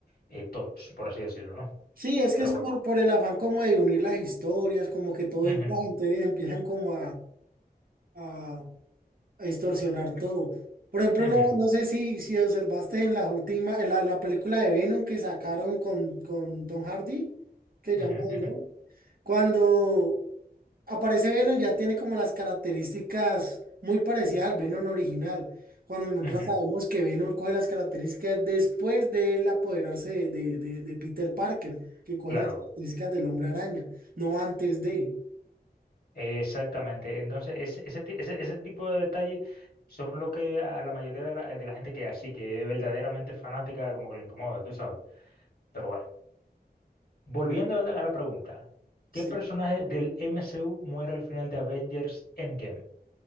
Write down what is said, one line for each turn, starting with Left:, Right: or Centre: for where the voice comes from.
Left: eh, tollos, por así decirlo, ¿no?
Right: Sí, es que
Left: Pero
Right: es
Left: bueno.
Right: por, por el afán como de unir las historias, como que todo
Left: Ujú,
Right: encaja, entonces empiezan como a, a distorsionar todo. Por ejemplo,
Left: ujú,
Right: no, no sé si, si observaste en la última, en la, en la película de Venom que sacaron con, con Tom Hardy, que llama
Left: ujú,
Right: el
Left: ujú,
Right: Don. Cuando aparece Venom ya tiene como las características muy parecidas al Venom original. Cuando nosotros
Left: ujú.
Right: sabemos que Venom coge las características después de él apoderarse de, de- de- de Peter Parker, que coge
Left: Claro,
Right: las características del hombre araña, no antes de.
Left: Exactamente. Entonces, ese, ese, ti- ese- ese tipo de detalles son lo que a la mayoría de la, de la gente que es así, que es verdaderamente fanática, como que le incomoda, tú sabes. Pero bueno, volviendo a la, a la pregunta,
Right: Sí.
Left: ¿qué personaje del MCU muere al final de Avengers Endgame?